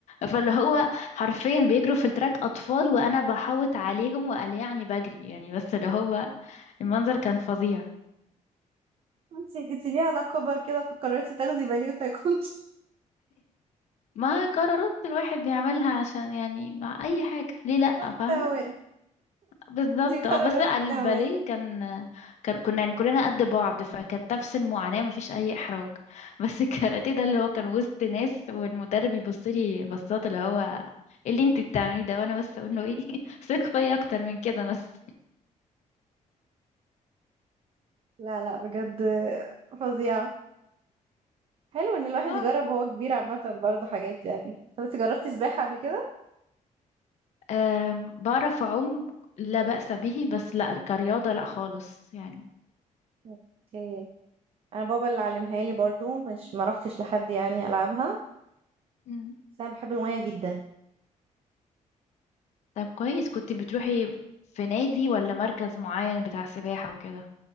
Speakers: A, on the left (about 60°); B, on the right (about 45°).
A: فاللي هو حرفيا بيجروا في التراك اطفال وانا بحوط عليهم وقال يعني بجري يعني بس اللي هو المنظر كان فظيع
B: انت جيتيني على كبر كده فقررتي تاخدي باليوتا كنت
A: ما قرارات الواحد بيعملها عشان يعني مع اي حاجه ليه لا
B: <laughs> متهورة
A: فاهمه؟ بالظبط
B: دي قرارات
A: اه بس لا الباليه
B: متهورة
A: كان كان كنا يعني كلنا قد بعض فكانت نفس المعاناة مفيش أي إحراج <laughs> بس الكاراتيه ده اللي هو كان وسط ناس والمدرب يبص لي بصات اللي هو إيه اللي انتي بتعمليه ده وانا بس اقول له ايه <laughs> ثق فيا اكتر من كده بس
B: لا لا بجد فظيعة حلو
A: <laughs>
B: ان الواحد
A: اه
B: يجرب وهو كبير عامة برضه حاجات يعني طب انت جربتي سباحة قبل كده؟
A: أم، بعرف اعوم لا بأس به بس لا كرياضة لا خالص يعني
B: اوكي انا بابا اللي علمها لي برضو مش ما روحتش لحد يعني العبها
A: مم.
B: بس انا بحب المية جدا
A: طب كويس كنت بتروحي في نادي ولا مركز معين بتاع سباحة وكده